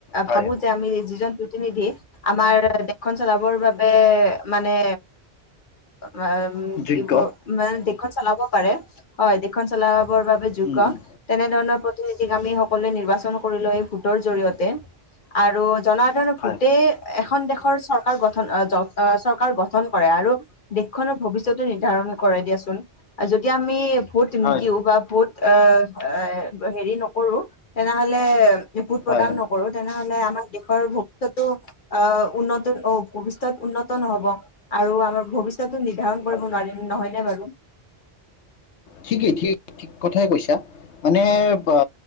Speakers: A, on the left (about 85°); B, on the left (about 50°).
A: হয়
B: ভাবো যে আমি যিজন প্ৰতিনিধি আমাৰ দেশখন চলাবৰ বাবে মানে উম, কি
A: যোগ্য
B: মান দেশ খন চলাব পাৰে। হয়, দেশখন চলা বৰ বাবে যোগ্য,
A: উম উম
B: তেনেধৰণৰ প্ৰতিনিধিক আমি সকলোৱে নিৰ্বাচন কৰিলৈ ভোটৰ জৰিয়তে। আৰু জনসাধাৰণক
A: হয়
B: ভোটে এ এখন দেশৰ চৰকাৰ গঠন চৰকাৰ গঠন কৰে। আৰু দেশখনৰ ভৱিষ্যত টো নিৰ্ধাৰণ কৰে দিয়াচোন। যদি আমি ভোট
A: হয়
B: নিদিও বা ভোট এ এ হেৰি নকৰো, তেনেহলে ভোট প্ৰদান
A: হয়
B: নকৰো তেনেহলে আমাৰ দেশৰ ভৱিষ্যত অ, উন্নত অ, ভৱিষ্যত উন্নত নহব আৰু আমাৰ, ভৱিষ্যত নিৰ্ধাৰণ
A: হয়
B: কৰিব নোৱাৰিম নহয় নে বাৰু।
A: ঠিকেই, ঠিক-ঠিক কথাই কৈছা। মানে অ,